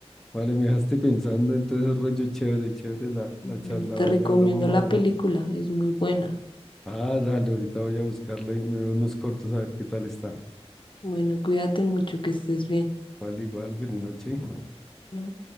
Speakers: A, in the centre; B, on the left (about 50°).
A: Vale, me dejaste pensando, entonces rollo chévere, chévere la,
B: Bueno,
A: la charla,
B: te
A: vale,
B: recomiendo
A: hablamos más
B: la película,
A: rato.
B: es muy buena.
A: Ah, dale, ahorita voy a buscarla y me veo unos cortos a ver qué tal está.
B: Bueno, cuídate mucho, que estés bien.
A: Igual, igual, buenas noches.
B: Bueno.